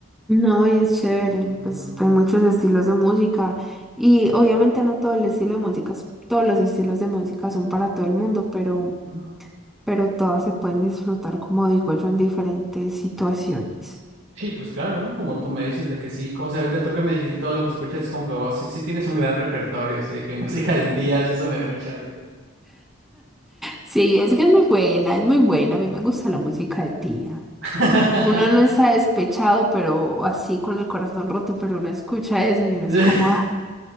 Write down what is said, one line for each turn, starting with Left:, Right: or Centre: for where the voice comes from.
Centre: No,
Right: Entonces,
Centre: y es chévere,
Right: ujú,
Centre: pues hay muchos estilos de música y obviamente no todo el estilo de música, es- todos los estilos de música son para todo el mundo, pero,
Right: ujú.
Centre: pero todas se pueden disfrutar, como digo yo, en diferentes situaciones.
Right: Sí, pues claro, ¿no? Como tú me dices de que sí, co- o sea, ahorita tú que me dijiste todo lo que escuchas, es como que, wow, sí, sí tienes un gran repertorio, así de que <laughs> música de tías, eso me dio mucha risa.
Centre: Sí, es que es muy buena, es muy buena. A mí me gusta la música de tía.
Right: <laughs>
Centre: Uno no está despechado, pero así con el corazón roto, pero uno escucha eso y uno
Right: <laughs>
Centre: es como, ah,